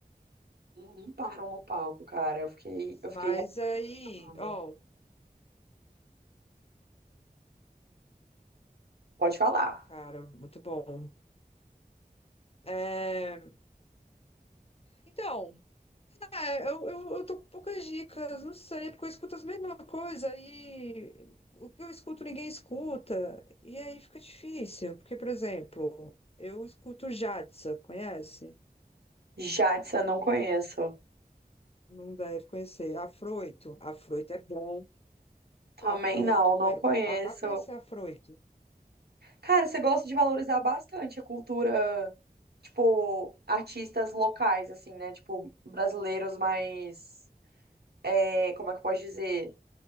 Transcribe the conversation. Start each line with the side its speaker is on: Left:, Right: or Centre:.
Right: Não Uhum. param no palco, cara. Eu fiquei eu
Left: Mas
Right: fiquei
Left: aí,
Right: revoltada.
Left: ó,
Right: Pode falar.
Left: cara, muito bom. É, Então, É, eu, eu, eu tô com poucas dicas, não sei, porque eu escuto as mesmas coisas e o que eu escuto ninguém escuta, e aí fica difícil, porque, por exemplo, eu escuto Jadsa, conhece?
Right: Jadson, não conheço.
Left: Não deve conhecer. Afroito, Afroito é bom.
Right: Também
Left: Afroito,
Right: não,
Left: conhe...
Right: não conheço.
Left: ah, vai conhecer Afroito.
Right: Cara, você gosta de valorizar bastante a cultura, tipo, artistas locais, assim, né? Tipo, brasileiros mais. é, como é que eu posso dizer?